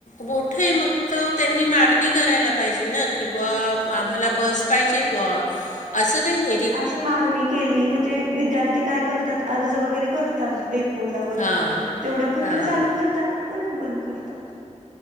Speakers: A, on the left; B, on the right.
A: मोठय मग त त्यांनी मागणी करायला पाहिजे ना कि बा आम्हाला बस पाहिजे प असं काही ने
B: अशी मागणी केली म्हणजे विद्यार्थी काय करतात अर्ज वगैरे करतात डेपोला वगैरे
A: हां
B: तेवढ्या पुुरतं
A: हां
B: चालू करतात परत बंद करतात